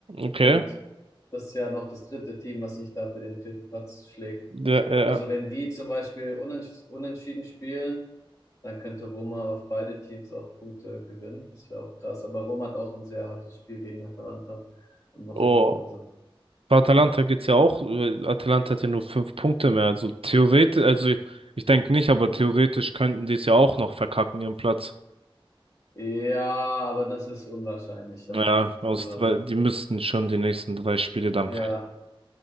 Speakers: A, on the right (about 80°); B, on the left (about 35°).
A: okay.
B: Und das ist ja noch das dritte Team, was sich da für den vierten Platz schlägt.
A: Der, äh,
B: Also wenn die zum Beispiel unents unentschieden spielen, dann könnte Roma auf beide Teams auch Punkte gewinnen. Das wäre auch krass. Aber Roma hat auch ein sehr hartes Spiel gegen Atalanta am Wochenende.
A: oh.
B: Also,
A: Bei Atalanta
B: ja.
A: geht's ja auch. äh, Atalanta hat ja nur fünf Punkte mehr. Also theoretisch, also ich, ich denke nicht, aber theoretisch könnten die es ja auch noch verkacken, ihren Platz.
B: Ja, aber das ist unwahrscheinlich, ja.
A: Ja, aus,
B: Also,
A: weil die müssten schon die nächsten drei Spiele dann
B: ja.